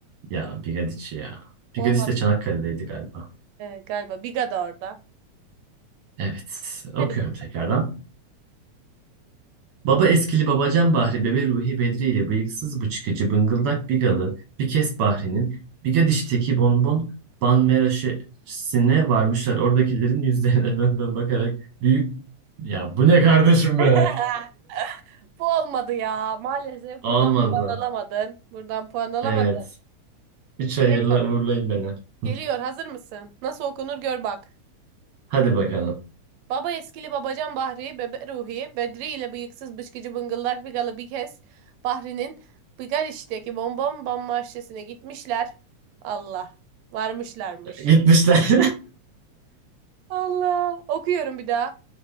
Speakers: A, on the right; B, on the right.
A: ya bigadiç ya.
B: Olmadı
A: Bigadiç de Çanakkale'deydi galiba.
B: Ee, galiba. Biga da orada.
A: Evet okuyorum
B: Hadi bakalım
A: tekrardan.
B: oku.
A: Baba eskili babacan Bahri bebe Ruhi Bedri ile bıyıksız bıçkıcı bıngıldak bigalı bikes Bahri'nin bigadişteki bonbon banmeraşesine varmışlar. Oradakilerin yüzlerine dön dön bakarak büyük ya bu ne kardeşim
B: <laughs>
A: be?
B: Bu olmadı ya. Maalesef
A: Olmadı.
B: buradan puan alamadın. Buradan puan alamadın.
A: Evet. Üç hayırla
B: Geliyor.
A: uğurlayın beni.
B: Geliyor.
A: Hı.
B: Hazır mısın? Nasıl okunur gör bak.
A: Hadi bakalım.
B: Baba eskili babacan Bahri, bebe Ruhi, Bedri ile bıyıksız bışkıcı bıngıllak bigalı bir kez Bahri'nin Bigaliş'teki Bonbon Bam Marşesi'ne gitmişler. Allah. Varmışlarmış.
A: Gitmişler.
B: Allah. Okuyorum bir daha.